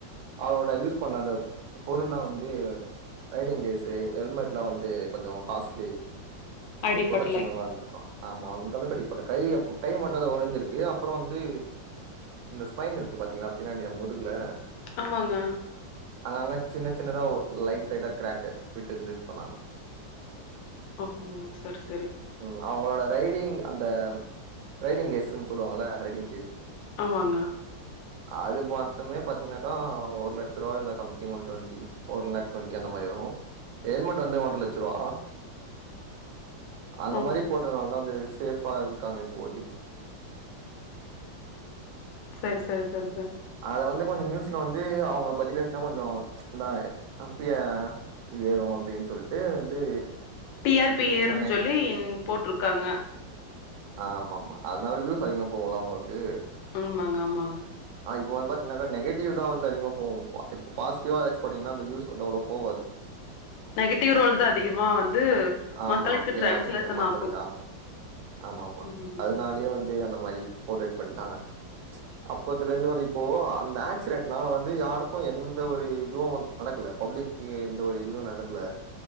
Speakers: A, on the right; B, on the left.
A: அவுரோட யூஸ் பண்ண அந்த பொருள்ல்லா வந்து ரைடிங் கேஸ் ஹெல்மெட்லா வந்து கொஞ்சோ காஸ்ட்லி
B: அடிபடலை
A: ப்ரோ ப்ரொடெக்க்ஷன் நல்லா இருந்திருக்கு ஆமா அந்த அளவுக்கு அடிப்படல கைய கை மட்டுதா ஒடஞ்சிருக்கு அப்பறோ வந்து இந்த ஸ்பைன் இருக்கு பாத்தீங்ளா பின்னாடி நம் முதுகுல
B: ஆமாங்க
A: அங்க அங்க சின்ன சின்னதா ஒ லைட் லைட்டா க்ராக்கு விட்டு இருந்து சொன்னாங்க
B: ஓ சரி சரி
A: ம் அவுங்ளோட ரைடிங் அந்த ரைடிங் கேஸூன்னு சொல்லுவாங்கல்ல ரைடிங் கேஸ்
B: ஆமாங்க
A: அது மட்டுமே பாத்தீன்னாக்கா ஒரு லட்சம் ரூபா இல்ல something one twenty four lakh twenty அந்த மாறி தோ ஹெல்மெட் வந்து ஒன்றே லெட்ச ரூவா அந்த
B: ஓ
A: மாரி போட்டனாலதா வந்து ஸ் சேஃப்பா இருக்காங்க இப்போதைக்கு
B: செரி செரி செரி செரி
A: அத வந்து கொஞ்சோ நியூஸ்ல வந்து அவங்க பத்தி பேசினா கொஞ்சோ இதா அப்டியா ஏறு அப்டின்னு சொல்ட்டு வந்து
B: டி ஆர் பி
A: பேசுனா
B: ஏருன்னு
A: நெ
B: சொல்லி போட்டிருக்காங்க
A: ஆமா ஆமா அதனால வியூஸ் அதிகமா போவுல்லா அவங்களுக்கு
B: ம் ஆமாங்க ஆமாங்க
A: இப்ப வந்து பாத்தீங்கன்னாக்கா நெகட்டிவ்தா வந்து அதிகமா போவு இப்போ பாசிட்டவா ஏதாச்சு போட்டீங்கன்னா அந்த வியூஸ் வந்து அவ்வளோ போவாது
B: நெகட்டிவ் ரோல் தா அதிகமா வந்து
A: ஆமா
B: மக்களுக்கு
A: ப்ளே
B: டிரான்ஸ்லேசன்
A: ஆகுமே மக்களுக்கு
B: ஆகு
A: ஆமா ஆமமா
B: ம்
A: அதனாலயே வந்து அந்த மாறி போர்ட்ரேட் பண்ணிட்டாங்க ச் அப்பதுலருந்து வந்து இப்போ அந்த ஆக்சிடென்ட்னால வந்து யாருக்கு எந்த ஒரு இதுவு பல க்கல பப்ளிக் எந்த ஒரு இதுவு நடக்கல